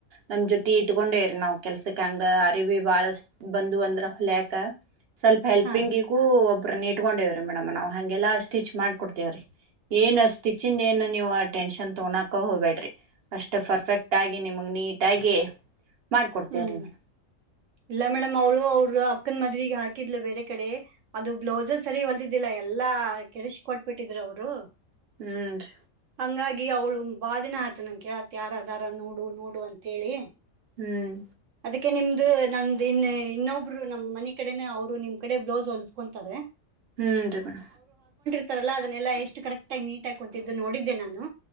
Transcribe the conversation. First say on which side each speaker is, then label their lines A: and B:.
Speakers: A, on the right (about 55°); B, on the right (about 70°).
A: ನಮ ಜೊತಿ ಇಟ್ಕೊಂಡೇವ್ರರಿ ನಾವ್ ಕೆಲ್ಸಕ್ ಹಂಗ ಅರಿ ಭ ಬಾಳ ಬಂದು ಅಂದ್ರ ಹೊಳ್ಯಾಕ. ಸ್ವಲ್ಪ ಹೆಲ್ಪಿಂಗಿಗೂ-
B: ಹಾ
A: ಒಬ್ಬರನ್ನ ಇಟ್ಕೊಂಡಿವಿ ಮೇಡ್ ನಾವು. ಹಗೆಲ್ಲಾ ಸ್ಟಿಚ್ ಮಾಡ್ಕೊಡ್ತೇವ್ರಿ ಏನ್ ಸ್ಟಿಚ್ಂದ ಏನು ನೀವು ಟೆನ್ಷನ್ ತೊಗೊಂಡಕ ಹೋಗಬೇಡ್ರಿ ಅಷ್ಟ ಪರ್ಫೆಕ್ಟ್ ಆಗಿ ನಿಮಗ್ ನೀಟಾಗಿ- ಮಾಡ್ಕೊಡ್ತೇವ್ರಿ
B: ಹ್ಮ್
A: ಮೇಡಮ್
B: ಇಲ್ಲ ಮೇಡಮ್ ಅವಳು ಅವರು ಅಕ್ಕನ್ ಮದವಿ- ಹಾಕಿದ್ಲು ಬೇರೆ ಕಡೆ ಅದು ಬ್ಲೌಸರ್ ಸರಿ ಹೊಲ್ದಿದ್ದಿಲ್ಲ ಎಲ್ಲಾ ಕೆಡಸ ಕೊಟ್ ಬಿಟ್ಟಿದ್ರು ಅವರು.
A: ಹ್ ರಿ.
B: ಹಂಗಾಗಿ ಅವ್ಳು ಬಾದಿನ ಆಯ್ತ ನನ್ ಕೇಳತ್ತ ಯಾರ ಆದರೇನು ನೋಡು ನೋಡು ಅಂತೇಳಿ.
A: ಹ್ಮ್.
B: ಅದಕ್ಕೆೆ ನಿಮ್ದು ನಂದ ಇನ್ ಇನ್ನೊಬ್ರು ನಮ್ ಮನ ಕಡೆನ ಅವ್ರು ನಿಮ್ ಕಡೆ ಬ್ಲೌಸ್ ಹೊಲಸ್ಕೊಂತತಾರೆ
A: ಹ್ಮ್ನ್ ನರಿ ಮೇಡಂ.
B: ಅಂತಾರಲ್ಲ ಅದನ್ನಲ್ಲ ಎಷ್ಟು ಕರೆಕ್ಟ್ ಆಗ ನೀಟ್ ಹಾ ಕುಂತತಿದ್ದು ನೋಡಿದ್ದೆ ನಾನು.